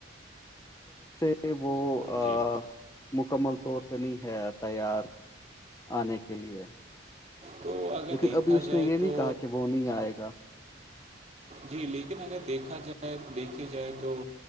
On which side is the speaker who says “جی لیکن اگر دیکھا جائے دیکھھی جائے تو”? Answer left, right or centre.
Right